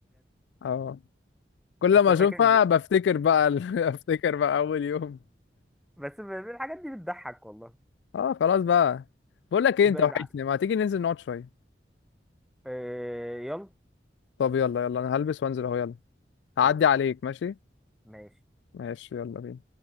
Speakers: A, on the left; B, in the centre.
A: اه كل
B: انت
A: ما
B: فاكر
A: اشوفها
B: <laughs>
A: بفتكر بقى ال- <laughs> بفتكر بقى اول يوم
B: بس ب- ب- الحاجات دي بتضحك والله
A: اه خلاص بقى بقول لك ايه
B: ب-
A: انت وحشني
B: ب-
A: ما تيجي ننزل نقعد شوية
B: آه، يلا
A: طب يلا يلا انا هلبس وانزل
B: يلا
A: اهو يلا هعدي
B: يلا.
A: عليك ماشي
B: ماشي
A: ماشي يلا بينا